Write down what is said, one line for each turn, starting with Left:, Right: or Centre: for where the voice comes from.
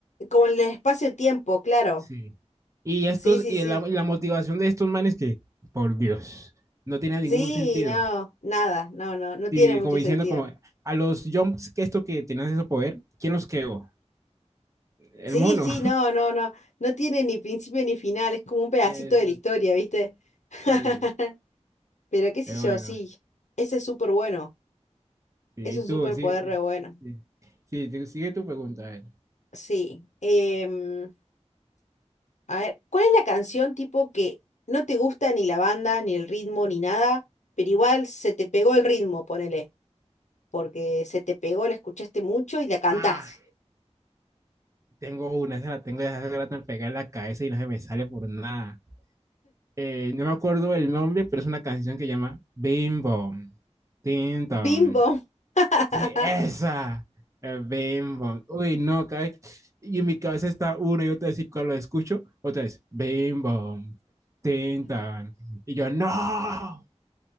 Left: como en el espacio-tiempo, claro.
Right: Sí. Y estos,
Left: Sí, sí,
Right: y
Left: sí.
Right: la, y la motivación de estos manes que, por Dios, no tiene ningún
Left: Sí,
Right: sentido.
Left: no, nada, no, no, no
Right: Y
Left: tiene mucho
Right: como diciendo,
Left: sentido.
Right: como, a los jumps que esto que tenían ese poder, ¿quién los creó? El
Left: Sí,
Right: mono.
Left: sí, no, no, no, no tiene ni principio ni final, es como un pedacito
Right: <laughs> Exacto.
Left: de la historia, ¿viste? <laughs>
Right: sí.
Left: Pero qué sé
Right: Pero
Left: yo,
Right: bueno,
Left: sí, ese es súper bueno,
Right: sí,
Left: es un
Right: y tú,
Left: superpoder
Right: sí,
Left: re bueno.
Right: sí, sí, tú- sigue tu pregunta. a ver.
Left: Sí. em, a ver, ¿cuál es la canción tipo que no te gusta ni la banda, ni el ritmo, ni nada, pero igual se te pegó el ritmo, ponele, porque se te pegó, la escuchaste mucho y la cantás?
Right: Ah, tengo una, esa la tengo desde hace rato al pegar en la cabeza y no se me sale por nada. Eh, no me acuerdo el nombre, pero es una canción que llama Bim Bom, Tim Tom.
Left: Bimbo, <laughs>
Right: Sí, esa, eh, Bim Bom. Uy, no, cada vez- y en mi cabeza está uno y otra vez, y cuando lo escucho, otra vez, Bim Bom, Tim Tom. Y yo, no,